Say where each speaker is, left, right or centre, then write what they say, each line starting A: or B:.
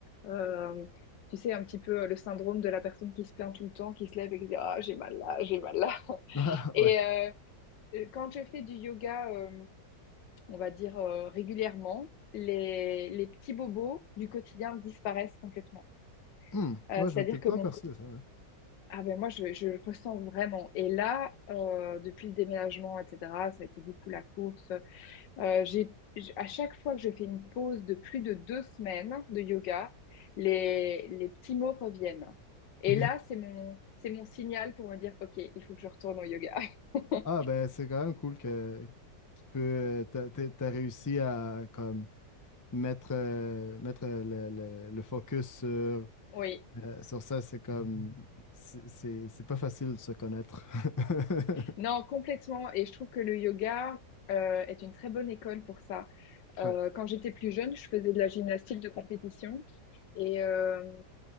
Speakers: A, on the left; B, on the left.
A: euh, tu sais, un petit peu euh, le syndrome de la personne qui se plaint tout le temps, qui se lève et qui dit Ah, j'ai mal là, j'ai mal là. <laughs>
B: Ah,
A: Et
B: Ouais.
A: euh, euh, quand je fais du yoga, euh, on va dire euh, régulièrement, les, les petits bobos du quotidien disparaissent complètement.
B: Hmm.
A: Euh,
B: Ouais,
A: c'est-à-dire
B: je m'étais pas
A: que mon,
B: aperçu de ça. ouais.
A: ah ben moi, je, je le ressens vraiment. Et là, euh, depuis le déménagement, etc., ça a été beaucoup la course. Euh, j'ai, j'- à chaque fois que je fais une pause de plus de deux semaines de yoga, les, les petits mots reviennent. Et
B: Ok.
A: là, c'est mon, c'est mon signal pour me dire, OK, il faut que je retourne au yoga. <laughs>
B: Ah, ben, c'est quand même cool que tu peux, euh, t'as, t'as- t'as réussi à comme mettre, euh, mettre euh, le, le- le focus sur, euh,
A: Oui,
B: sur ça. C'est comme, c'est c'est- c'est pas facile de se connaître. <laughs>
A: non, complètement. Et je trouve que le yoga euh, est une très bonne école pour ça. Euh,
B: Ouais.
A: quand j'étais plus jeune, je faisais de la gymnastique de compétition. Et, euh,